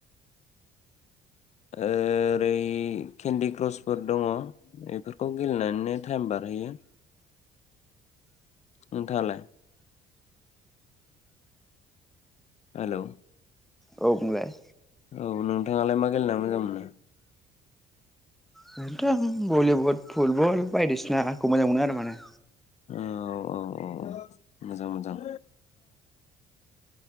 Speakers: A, on the left; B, in the centre.
A: ओ रै केन्दि क्रसफोर दङ एफोरखौ गेलेनानैनो टाइम बारहोयो नोंथांआलाय हेलौ,
B: औ बुंलाय
A: औ नोंथाङालाय मा गेलेना मोजां मोनो
B: <unintelligible> भलिवद फुलबल बायदिसिना खौ मोजां मोनो आरो माने
A: ओ औ औ औ मोजां मोजां